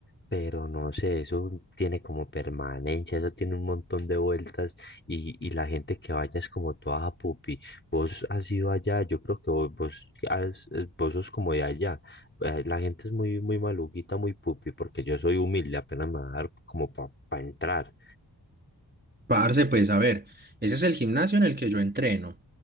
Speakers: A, on the left (about 25°); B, on the right (about 25°).
A: pero no sé, eso tiene como permanencia, eso tiene un montón de vueltas y, y la gente que vaya es como toda "Ah, pupi. Vos has ido allá, yo creo que vos, vos, has- eh, vos sos como de allá. Eh, La gente es muy, muy maluquita, muy pupi, porque yo soy humilde, apenas me va a dar como para entrar.
B: parce, pues a ver, ese es el gimnasio en el que yo entreno